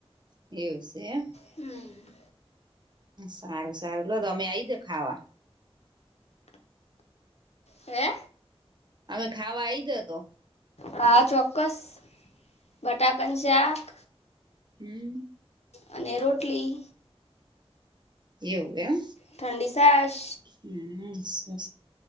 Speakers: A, on the right; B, on the left.
A: એવું છે.
B: હમ.
A: સારું સારું લો તો અમે આઈ જોવો ખાવા.
B: હે
A: અમે ખાવા આઈ દો તો
B: હા ચોક્કસ બધા કંઈક જાક
A: હમ્મ
B: અને રોટલી
A: એવું એમ
B: ઠંડી સાસ
A: હમ સર